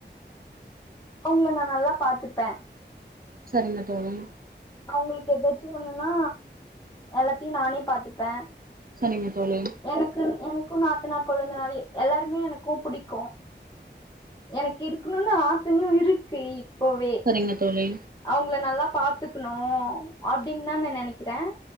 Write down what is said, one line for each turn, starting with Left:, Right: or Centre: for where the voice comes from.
Left: அவங்கள நான் நல்லா பாத்துப்பேன்.
Right: சரிங்க தோழி
Left: அவங்களுக்கு எதாச்சும் ஒண்ணுன்னா, எல்லாத்தையும் நானே பாத்துப்பேன்
Right: சரிங்க தோழி
Left: எனக்கு எனக்கு க்கும் நாத்தனார் கொழந்தனார் எல்லாருமே எனக்கும் பிடிக்கும் எனக்கு இருக்கணும்னு ஆசையும் இருக்கு இப்போவே
Right: சரிங்க தோழி
Left: அவங்கள நல்லா பாத்துக்கணும் அப்படின்னு தான் நா நினைக்கிறேன்